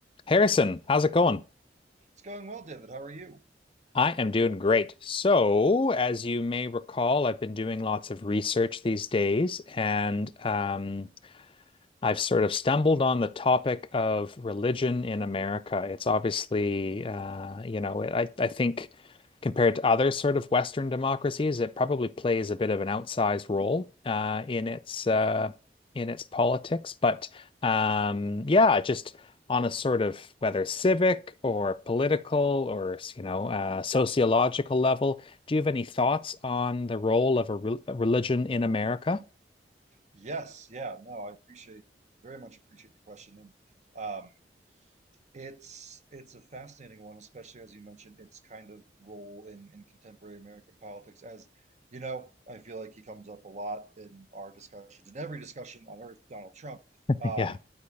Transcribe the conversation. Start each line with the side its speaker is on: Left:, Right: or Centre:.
Left: Harrison, how's it going?
Right: It's going well, David. How are you?
Left: I am doing great. So, as you may recall, I've been doing lots of research these days, and um, I've sort of stumbled on the topic of religion in America. It's obviously, uh, you know, I, I think compared to other sort of Western democracies, it probably plays a bit of an outsized role uh, in its uh, in its politics. But um, yeah, just on a sort of whether civic or political or you know uh, sociological level, do you have any thoughts on the role of a, re a religion in America?
Right: Yes, yeah, no, I appreciate very much appreciate the question, and um, It's it's a fascinating one, especially as you mentioned its kind of role in, in contemporary American politics. As you know, I feel like he comes up a lot in our discussions, in every discussion on Earth, Donald Trump.
Left: <laughs>
Right: Um,
Left: Yeah.